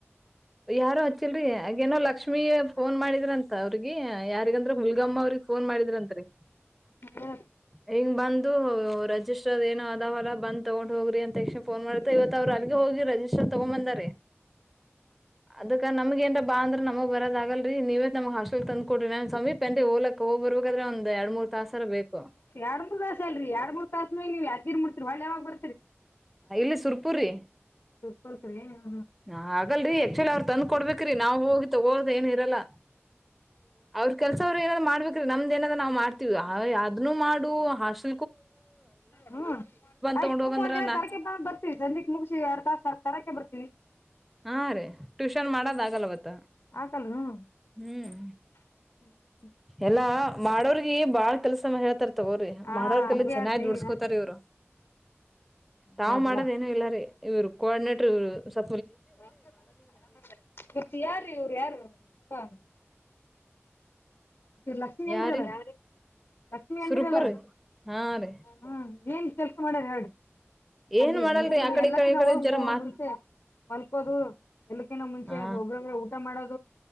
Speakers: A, in the centre; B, on the left.
A: ಯಾರು ಹಚ್ಚಿಲ್ರಿ ಅಗೇನೋ ಲಕ್ಷ್ಮೀ ಫೋನ್ ಮಾಡಿದ್ರಂತ ಅವರ್ಗಿ ಯಾರಿಗಂದ್ರ ಹುಲ್ಗಮ್ ಅವ್ರಿಗ್ ಫೋನ್ ಮಾಡಿದ್ರಂತ್ರಿ.
B: ಹಾ.
A: ಹಿಂಗ್ ಬಂದು ರಜಿಸ್ಟರ್ ಏನ ಅಾವಲ್ಲ ಬಂದ್ ತಗೊಂಡ್ ಹೋಗ್ರಿ ಅಂತ ತಕ್ಷಣೆ ಫೋನ್ ಮಾಡ್ತ ಇವತ್ತು ಅವ್ರು ಅಲ್ಲಿಗೆ ಹೊ ಹೋಗಿರ ರಜಿಸ್ಟರ್ ತಗೊಂಬಂದರೆ. ಅದಕ್ಕ ನಮಗೆ ಏನ್ರ ಬಾ ಅಂದ್ರ ನಮುಗ್ ಬರದ ಆಗಲ್ರಿ ನೀವೇ ನಮಗ್ ಹಸ್ಟಲ್ ತಂದ್ ಕೊಡ್ರಿ ನ ಸಮೀಪ ಪೆಂಡಿ ಹೋಲಕ್ ಒಬರ್ ಹಾಗಾದ್ರ ಒಂದ್ ಎರಡ್ ಮೂರ್ ತಾಸರ ಬೇಕು.
B: ಎರಡು ಮೂರಸ್ ಎಲ್ರಿ ಎರಡು ಮೂರ್ ತಸ್ನೆಗ್ ನೀವು ಯತ್ಗಿರ್ ಮುತ್ತಿರ್ ವಳ್ ಯಾವಾಗ್ ಬಾ
A: ಇಲ್ಲಿ ಸುರ್ಪುರಿ.
B: <unintelligible>
A: ನಾ ಆಗಲ್ರಿ ಅಕ್ಟುಲಿ ಅವ್ರ್ ತಂದ್ ಕೊಡ್ಬೇಕ್ರಿ ನಾವ್ ಹೋಗಿ ತಗೋಳೋದ್ ಏನ್ ಇರಲ್ಲ. ಅವ್ರ ಕೆಲ್ಸ ಅವ್ರ್ ಏನಾದ ಮಾಡ್ಬೇಕ್ರಿ ನಮ್ದ್ ಏನಾದ ನಾವ್ ಮಾಡ್ತೀವಿ ಹೈ ಅದನುೂ ಮಾಡು ಹೊಸ್
B: ಹ್ಮ್ ಆಯ್ತ್
A: ತಗೊಂಡ್
B: ಸುಮಗ್
A: ಹೋಗಂದ್ರ
B: ನೀನು ಒಂದ್
A: ನಾ
B: ತಾರೀಕಿಗ್ ನಾವ್ ಬರ್ತೀವಿ ಸಂಜಿಕ್ ಮುಗಿಸಿ ಎರ್ ತರಕ್ಕೆ ಬರ್ತಿವಿ.
A: ಹಾ ರೀ ಟ್ಯೂಷನ್ ಮಾಡೋದ ಆಗಲ್ಲವತ್ತ
B: ಹಾಕಲ್ ಹ್ಮ್
A: ಹ್ಮ್.
B: <unintelligible>
A: ಎಲ್ಲಾ ಮಾಡೋರಿಗಿ ಬಾಳ್ ಕೆಲ್ಸನೂ ಹೇಳ್ತಾರ ತಗೋರಿ
B: ಹಾ
A: ಮಾಡೋರ್ಕೈಲಿ
B: ಹಂಗೆ
A: ಚೆನ್ನಾಗ್
B: ಆದ್ರಿ
A: ದುಡ್ಸ್ಕೋತಾರ
B: ಹಾ
A: ಇವ್ರು.
B: ಹಂಗೆ
A: ತಾವು
B: ಆದ್ರಿ
A: ಮಾಡೋದ ಏನು ಇಲ್ಲಾರಿ ಇವ್ರು ಕೋಆರ್ಡಿನೇಟರ್ ಇವ್ರು ಸ್
B: ಉಹು ಮತ್ತ ಯಾರ ಇವರು ಯಾರು <unintelligible> ರ್ ಲಕ್ಷ್ಮಿ ಅಂದ್ರಿ
A: ಯಾರೀ
B: ಅಲಾ ಯಾರ್ರಿ. ಲಕ್ಷ್ಮಿ
A: ಸುರ್ಪುರ್
B: ಅಂದ್ರಲ್ಲ
A: ಹಾ ರೀ
B: ಹ್ಮ ಏನ್ ಕೆಲ್ಸ ಮಾಡ್ಯಾರ ಹೇಳ್ರಿ.
A: ಏನ್
B: ಅಲ್ಲಿ
A: ಮಾಡಲ್ರಿ
B: ಮೀಟಿಂಗ್
A: ಆಕಡೆ
B: ಎಲ್ಲಕಿನ
A: ಈ ಕಡೆ ಈ ಕಡೆ
B: ಹೋಗಿ
A: ಜರ ಮಾತ್
B: ಮುಂಚೆ ಮಲ್ಕೋದು ಎಲ್ಲಕ್ಕಿನ ಮುಂಚೆ
A: ಹ
B: ಹೋಗೋಗಿ ಊಟ ಮಾಡೋದು